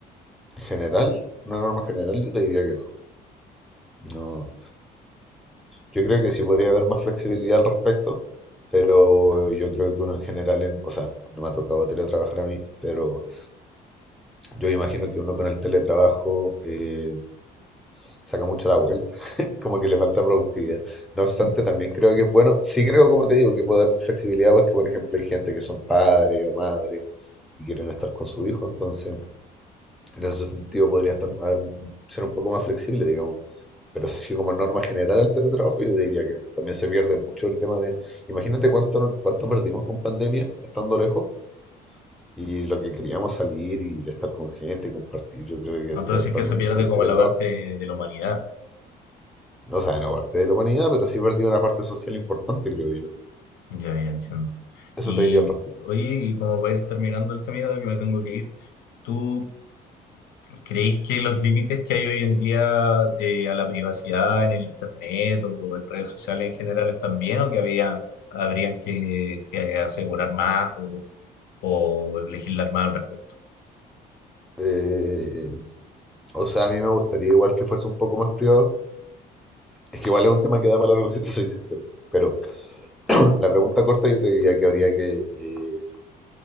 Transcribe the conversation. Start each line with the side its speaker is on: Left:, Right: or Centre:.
Centre: en general, una norma general, yo te diría que no. No, yo creo que sí podría haber más flexibilidad al respecto, pero yo creo que uno en general, en, o sea, no me ha tocado teletrabajar a mí, pero yo imagino que uno con el teletrabajo eh, saca mucho la vuelta, <laughs> como que le falta productividad. No obstante,
Left: Mm.
Centre: también creo que es bueno, sí creo, como te digo, que puede dar más flexibilidad porque, por ejemplo, hay gente que son padres o madres y quieren estar con su hijo, entonces en ese sentido podría estar, haber- ser un poco más flexible, digamos. Pero sí, como norma general el teletrabajo, yo diría que no. También se pierde mucho el tema de, imagínate cuánto, no- cuánto perdimos con pandemia estando lejos y lo que queríamos salir y estar con gente, compartir, yo creo que
Left: Entonces
Centre: es- actualmente
Left: es que se pierde
Centre: es el
Left: como
Centre: teletrabajo
Left: la parte de la humanidad,
Centre: No, o sea, no parte de la humanidad, pero sí perdió una parte social importante, creo yo.
Left: ya, ya entiendo.
Centre: Eso
Left: Y
Centre: te diría al respecto.
Left: oye, y como para ir terminando el tema, ya que me tengo que ir, ¿tú ¿Creéis que los límites que hay hoy en día eh, a la privacidad en el internet o en redes sociales en general están bien o que había, habrían que, que asegurar más o, o legislar más al respecto?
Centre: Eh, o sea, a mí me gustaría igual que fuese un poco más privado. Es que igual es un tema que da para largo, <laughs> si te soy sincero. Pero <clears throat> la pregunta corta yo te diría que habría que eh,